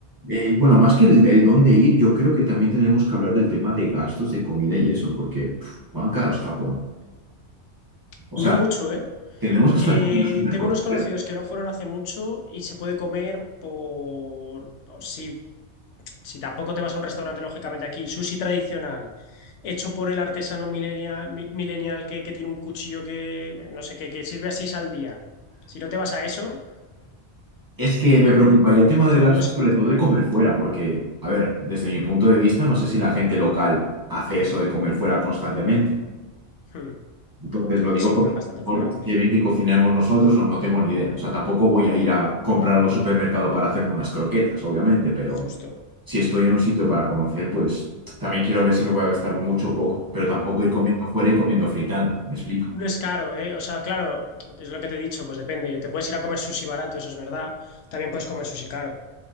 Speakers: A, on the right (about 20°); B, on the left (about 85°).
A: eh, bueno, más que el, el dónde ir, yo creo que también tenemos que hablar del tema de gastos de comida y eso, porque, puf, cuán caro es Japón. O
B: No
A: sea,
B: mucho, ¿eh?
A: tenemos que
B: Eh,
A: estar comiendo siempre
B: tengo
A: por
B: unos conocidos
A: fuera.
B: que no fueron hace mucho y se puede comer por... Si si tampoco te vas a un restaurante, lógicamente aquí, sushi tradicional, hecho por el artesano millennial, mi- millennial que, que tiene un cuchillo que, no sé, qué que sirve a seis al día. Si no te vas a eso,
A: Es que me preocuparía el tema
B: cinco
A: del gasto
B: euros
A: y
B: se
A: sobre
B: puede comer.
A: todo de comer fuera, porque, a ver, desde mi punto de vista, no sé si la gente local hace eso de comer fuera constantemente.
B: Hmm,
A: Entonces lo digo
B: Si comen
A: por
B: bastante
A: por,
B: fuera, hombre.
A: si bien que cocinamos nosotros, no, no tengo ni idea. O sea, tampoco voy a ir a comprar algo al supermercado para hacerme unas croquetas, obviamente, pero
B: Justo.
A: si estoy en un sitio para conocer, pues también quiero ver si me voy a gastar mucho o poco, pero tampoco ir comiendo fuera y comiendo fritanga, ¿me explico?
B: No es caro, ¿eh? O sea, claro, es lo que te he dicho, pues depende. Te puedes ir a comer sushi barato, eso es verdad. También puedes comer sushi caro.